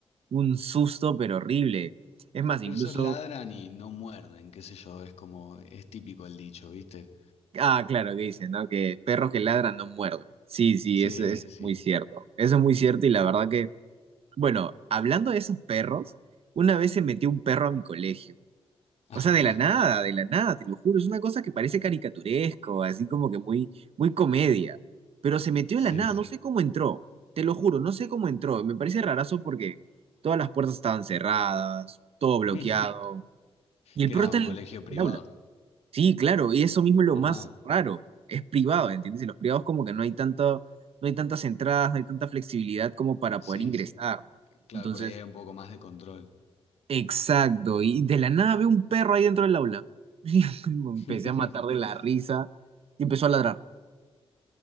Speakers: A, on the right (about 65°); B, on the left (about 75°).
A: un susto, pero horrible. Es más, incluso,
B: pero esos ladran y no muerden, qué sé yo, es como, es típico el dicho, ¿viste?
A: ah, claro, que dicen, ¿no? Que perros que ladran no muerden. Sí, sí,
B: Sí,
A: eso, eso es
B: sí.
A: muy cierto. Eso es muy cierto y la verdad que, bueno, hablando de esos perros, una vez se metió un perro a mi colegio.
B: <laughs>
A: O
B: Ajá,
A: sea, de la nada, de la nada, te lo juro. Es una cosa que parece caricaturesco, así como que muy, muy comedia. Pero se metió
B: sí.
A: de la nada, no sé cómo entró. Te lo juro, no sé cómo entró. Me parece rarazo porque todas las puertas estaban cerradas, todo bloqueado.
B: Mm,
A: Y el
B: Que
A: perro
B: era
A: está
B: un
A: en el,
B: colegio
A: en
B: privado.
A: el aula. Sí, claro, y eso mismo es lo
B: Ah,
A: más raro. Es privado, ¿entiendes? Y los privados como que no hay tanto, no hay tantas entradas, no hay tanta flexibilidad como para
B: sí.
A: poder ingresar, ¿no?
B: Claro,
A: Entonces,
B: por ahí hay un poco más de control.
A: exacto. Y de la nada veo un perro ahí dentro del aula. <laughs> Y me empecé
B: <laughs>
A: a matar de la risa y empezó a ladrar.